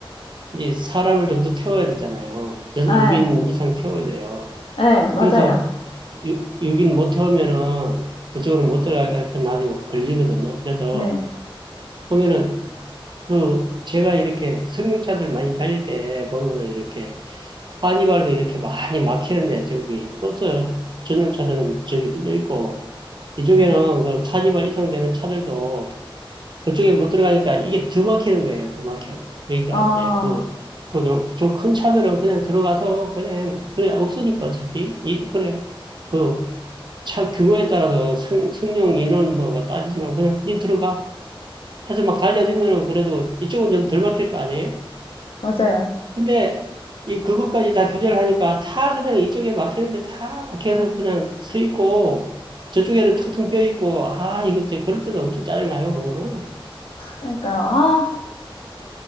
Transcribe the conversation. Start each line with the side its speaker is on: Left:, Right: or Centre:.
Right: 이제 사람을 좀 더 태워야 되잖아요. 6인
Left: 네.
Right: 이상 태워야 돼요.
Left: 예, 맞아요.
Right: 그래서 6, 인못 태우면은 그쪽으로 못 들어가니까 나중에 걸리거든요. 그래서
Left: 네.
Right: 보면은 그 제가 이렇게 승용차들 많이 다닐 때 보면은 이렇게 카니발도 이렇게 많이 막히는데 저기 버스 전용차들은 저기 뚫려 있고 이쪽에는
Left: 네.
Right: 그 카니발 이상 되는 차들도 그쪽에 못 들어가니까 이게 더 막히는 거예요. 더 막혀. 그러니까
Left: 아
Right: 이제 그 그좀큰 차들은 그냥 들어가서 그냥 그래 없으니까 어차피 이 그래 그 차 규모에 따라서 승, 승용 인원 뭐가 따지지 말고 그냥 니 들어가 해서 막 달려주면은 그래도 이쪽은 좀 덜 막힐 거 아니에요?
Left: 맞아요.
Right: 근데 이 그것까지 다 규제를 하니까 다 그냥 이쪽에 막히는데 다 막혀서 그냥 서 있고 저쪽에는 텅텅 비어 있고 아 이거 제 그럴 때도 엄청 짜증나요 보면은
Left: 그러니까요. 아